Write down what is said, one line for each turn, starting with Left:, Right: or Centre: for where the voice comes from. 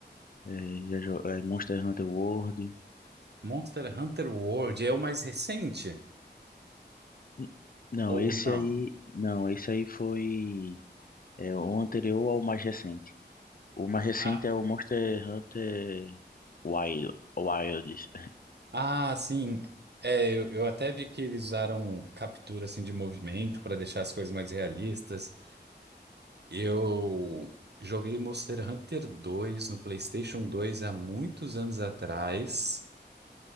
Left: é, já jo- é, Monster Hunter World.
Right: Monster Hunter World é o mais recente?
Left: N- Não,
Right: Ou
Left: esse
Right: não?
Left: aí, não, esse aí foi é, o anterior ao mais recente. O mais recente
Right: Ah,
Left: é o Monster Hunter Wild, Wilds.
Right: ah, sim. É, eu, eu até vi que eles usaram captura assim de movimento para deixar as coisas mais realistas. Eu joguei Monster Hunter 2 no PlayStation 2 há muitos anos atrás.